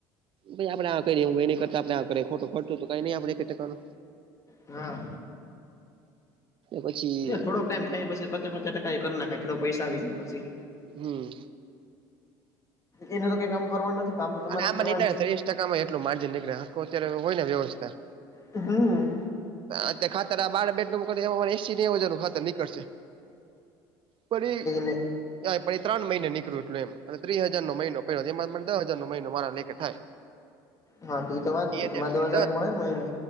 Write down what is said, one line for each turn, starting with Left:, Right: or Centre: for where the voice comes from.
Right: ભાઈ આપે આ કરીએ, હું એની કરતા ગણે આ ખો ખર્ચો તો કઈ નઈ આપડે ટકાનો.
Left: હા.
Right: પછી
Left: એ થોક ટાઈમ થાય, પછી પચાસ-પચાસ ટકા કરી નાખાય, થોડો પૈસા આવી જાય પછી.
Right: હમ.
Left: એને તો કઈ કામ કરવાનું નથી. કામ તો તમારે
Right: અને આમાં.
Left: જ કરવાનું
Right: હ,
Left: છે
Right: ત્રીસ ટકા માં એટું માર્જિન નીકળે આખું અત્યારે હોય ને વ્યવસ્થા.
Left: હમ.
Right: અત ખાતર આ બાર બેડરૂમ કરી, એસી જાનું ખતર નીકળશે. પી
Left: ને
Right: પણ એ ત્રણ મહિને નીકળ્યું, એટલે એમ અને ત્રી હજાર નો મહિનો. દ હજાર ન મહિનો, મારા લેખ થાય.
Left: હા તો તો વાત
Right: એ
Left: છે
Right: હટ
Left: તમારે દસ
Right: એ
Left: હજાર જ મળે ને મહિને